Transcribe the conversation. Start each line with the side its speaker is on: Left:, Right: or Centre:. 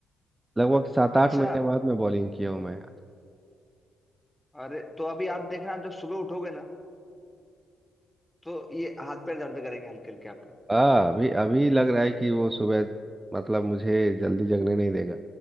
Right: लगभग सात आठ
Centre: अच्छा
Right: महीने बाद मैं बॉलिंग किया हूँ मैं
Centre: अरे तो अभी आप देखना आप जब सुबह उठोगे ना तो ये हाथ पैर दर्द करेंगे हल्के हल्के आपके
Right: आ अभी अभी लग रहा है कि वो सुबह मतलब मुझे जल्दी जगने नहीं देगा